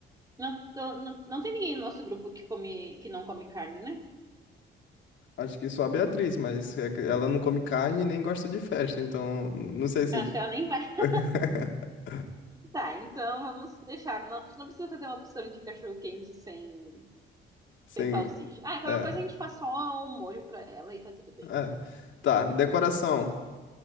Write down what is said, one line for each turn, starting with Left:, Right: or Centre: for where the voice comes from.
Right: Não, não, não tem ninguém no nosso grupo que come, que não come carne, né?
Left: Acho que só a Beatriz, mas é que ela não come carne e nem gosta de festa, então não sei se.
Right: Eu Acho que ela nem vai. <laughs>
Left: <laughs>
Right: Tá, então vamos deixar. Não, a gente não precisa fazer uma opção de cachorro quente sem,
Left: Sim.
Right: sem salsicha. Ah, qualquer
Left: É,
Right: coisa a gente faz só um molho pra ela e tá tudo bem.
Left: é. Tá, decoração.